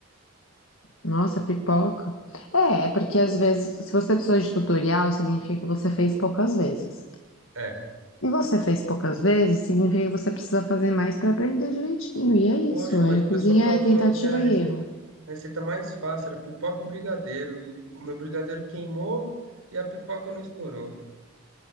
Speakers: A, on the left; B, on the right.
A: Nossa, pipoca. É, é porque às vezes, se você precisou de tutorial, significa que você fez poucas vezes.
B: É.
A: E você fez poucas vezes, significa que você precisa fazer mais para aprender direitinho. E é isso,
B: Poxa,
A: é,
B: mas o
A: cozinha
B: pessoal tava
A: é tentativa
B: falando que era a receita,
A: e erro.
B: a receita mais fácil, era pipoca e brigadeiro. E o meu brigadeiro queimou e a pipoca não estourou.